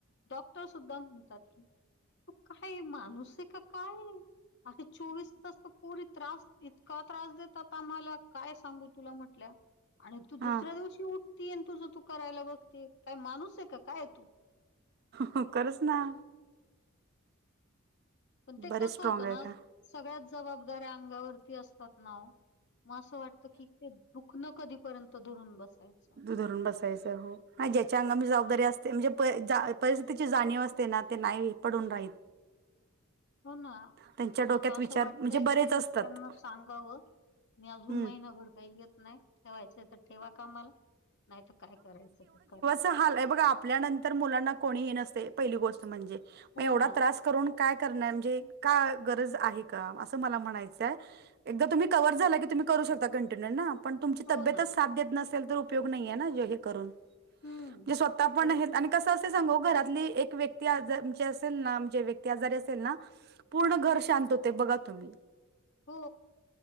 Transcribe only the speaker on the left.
डॉक्टर सुद्धां म्हणतांत की तूं कायं माणूंस आहे कां कायं अे चोवीस तांस परी त्रांस इतकां त्रांस देतांत आम्हांला कायं सांगू तुलां म्हटल्यां आणि तूं दुसऱ्यां
दिवशी उठतेय तुझं तूं करायंला बघते कायं माणूंस आहे कां कायं तूं
पणं ते
कसं
होतं
नां
सगळ्यांत जबाबदारया अंगावरती असतांत नांव मंग असं वाटतं की ते दुःख नं कधीपर्यंत धरूंन बसायचं
हो नां
पणं
आंता
असं वाटतंय
कि
त्यांना सांगावं मी अजूंन
महिनाभर कांहीं येतं नाहीं ठेवायचं तरं ठेवां कामाला नाहीं तरं कायं करायचं ते करां
हो
ना
हो
ना
हम्म.
तरी
हो